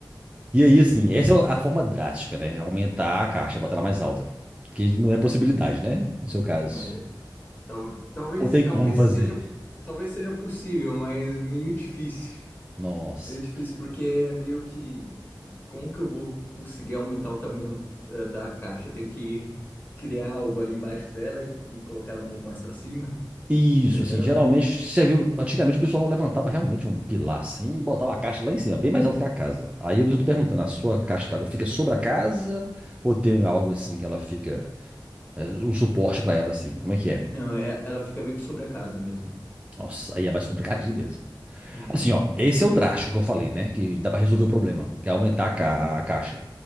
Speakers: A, on the right (about 15°); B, on the left (about 25°).
A: E aí, assim, essa é a forma drástica, né? Aumentar a caixa, botar ela mais alta. Que não é possibilidade,
B: Nossa.
A: né? No seu caso.
B: É, tal, talvez,
A: Ou tem
B: talvez
A: como fazer?
B: seja, talvez seja possível, mas meio difícil.
A: Nossa.
B: Meio difícil, porque é meio que. Como que eu vou conseguir aumentar o tamanho eh, da caixa? Eu tenho que criar algo ali embaixo dela e, e colocar ela um pouco mais pra cima,
A: Isso,
B: entendeu?
A: assim, geralmente serviu. Antigamente o pessoal levantava realmente um pilar assim e botava a caixa lá em cima, bem mais alto que a casa. Aí eu estou
B: Não,
A: perguntando, a sua caixa d'água fica sobre a casa ou tem algo assim que ela fica. é, um suporte para ela assim? Como é que é?
B: não é- ela fica meio que sobre a casa mesmo.
A: Nossa, aí é mais complicadinho mesmo.
B: Uhum.
A: Assim, ó, esse é o drástico que eu falei, né? Que dá para resolver
B: Hum,
A: o problema, que é aumentar a, ca-
B: Sim.
A: a caixa.